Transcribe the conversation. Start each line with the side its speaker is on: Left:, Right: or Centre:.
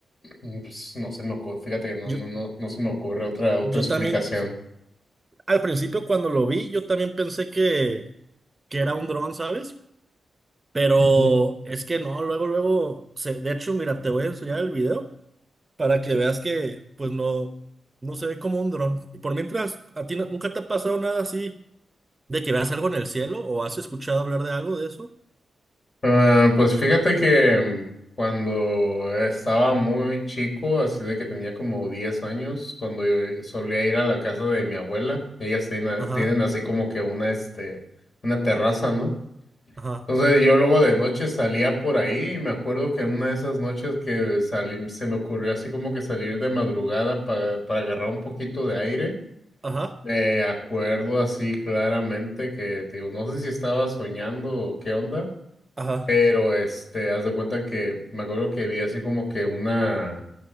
Left: mm, pues, no se me ocurre, fíjate que no,
Right: Yo,
Left: no, no, no se me ocurre otra, otra
Right: yo
Left: explicación.
Right: también. Al principio cuando lo vi, yo también pensé que, que era un dron, ¿sabes? Pero
Left: Ujú.
Right: es que no, luego, luego, se, de hecho, mira, te voy a enseñar el video para que veas que, pues no, no se ve como un dron. Y por mientras, ¿a ti no- nunca te ha pasado nada así de que veas algo en el cielo o has escuchado hablar de algo de eso?
Left: Ah, pues fíjate que mm, cuando estaba muy chico, así de que tenía como 10 años, cuando yo eh, solía ir a la casa de mi abuela, ellas tienen,
Right: Ajá,
Left: tienen así como que una, este, una terraza, ¿no?
Right: ajá,
Left: Entonces yo luego de noche salía por ahí y me acuerdo que en una de esas noches que salí, se me ocurrió así como que salir de madrugada para, para agarrar un poquito de aire.
Right: ajá,
Left: Me acuerdo así claramente que, te digo, no sé si estaba soñando o qué onda.
Right: ajá,
Left: Pero este, haz de cuenta que me acuerdo que vi así como que una.